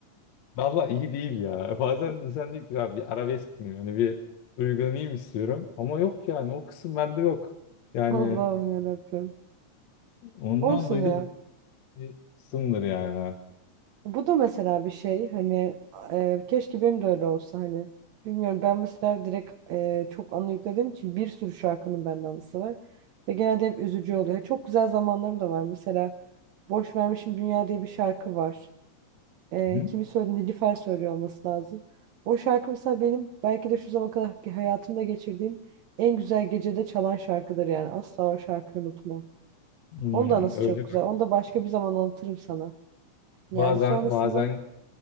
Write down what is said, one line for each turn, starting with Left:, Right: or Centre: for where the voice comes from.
Left: Valla iyi değil ya. <laughs> Bazen insan diyor ki "Ya bir arabesk miyim? Hani bir duygulanayım istiyorum. Ama yok yani o kısım bende yok. Yani
Right: <laughs> Allah'ım yarabbim.
Left: ondan
Right: Olsun
Left: dolayı
Right: ya.
Left: da bir bir kısımdır yani.
Right: Bu da mesela bir şey hani e, keşke benim de öyle olsa hani. Bilmiyorum ben mesela direkt e, çok anı yüklediğim için bir sürü şarkının bende anısı var. Ve genelde hep üzücü oluyor. Çok güzel zamanlarım da var. Mesela Boş Vermişim Dünya diye bir şarkı var. E,
Left: Hı?
Right: kimi söyledi? Nilüfer söylüyor olması lazım. O şarkı mesela benim belki de şu zamana kadar ki hayatımda geçirdiğim en güzel gecede çalan şarkıdır yani. Asla o şarkıyı unutmam.
Left: Hmm,
Right: Onun da anısı
Left: öyle
Right: çok güzel.
Left: bak.
Right: Onu da başka bir zaman anlatırım sana. Yani
Left: Bazen
Right: sonrasında
Left: bazen